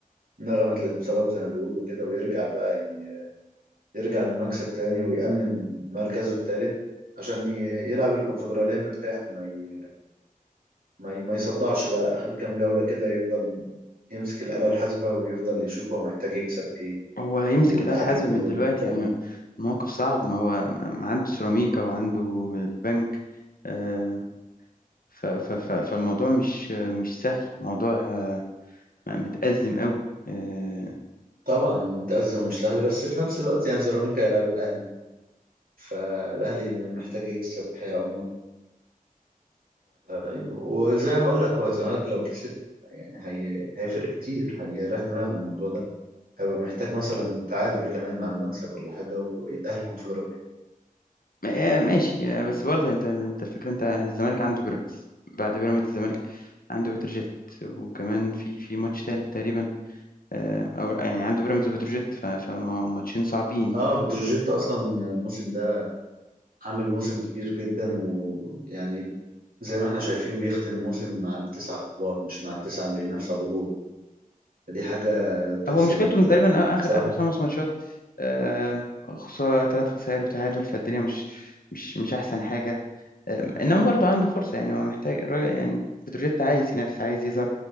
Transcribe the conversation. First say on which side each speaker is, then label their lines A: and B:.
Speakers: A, on the right; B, on the left.
A: نغمة الانتصارات زي ما بيقولوا كده ويرجع بقى ي... يرجع للمكسب تاني ويأمن مركزه التالت عشان ي... يلعب الكونفدرالية مرتاح ما ي... ما ي... ما يصدعش بقى آخر كام جولة كده يفضل يمسك الآلة الحاسبة ويفضل يشوف هو محتاج يكسب إيه
B: هو هيمسك
A: ويتعادل
B: الآلة الحاسبة
A: إيه
B: من دلوقتي
A: والكلام
B: يعني
A: ده
B: الموقف صعب ما هو ما ما عنده سيراميكا وعنده البنك آه، ف ف ف فالموضوع مش مش سهل موضوع آه، متأزم قوي آه،
A: طبعا متأزم ومش سهل بس في نفس الوقت يعني سيراميكا هيلاعب الأهلي فالاهلي محتاج يكسب حياة او موت أيوة. وزي ما بقول لك هو الزمالك لو كسب يعني هي... هيفرق كتير هيريح دماغه الموضوع ده هيبقى محتاج مثلا تعادل كمان مع المكسب ولا حاجة ويتأهل كونفدرالية
B: ما- آه، ماشي آه، بس برضه انت انت الفكرة انت الزمالك عنده بيراميدز بعد بيراميدز الزمالك عنده بتروجيت وكمان في في ماتش تالت تقريبا آه، او يعني عنده بيراميدز وبتروجيت ف- فماتشين صعبين
A: اه بتروجيت اصلا الموسم ده عامل موسم كبير جدا ويعني زي ما احنا شايفين بيختم موسم مع التسعة الكبار مش مع التسعة اللي بينافسوا على الهبوط فدي حاجة تحسب
B: هو مشكلته
A: لبتروجيت
B: ان تقريبا اخر
A: بصراحة
B: اخر خمس ماتشات آه، خسارة ثلاث خسائر وتعادل فالدنيا مش مش مش احسن حاجة أم، انما برضه عنده فرصه يعني هو محتاج الراجل يعني بتروجيت عايز ينافس عايز يظهر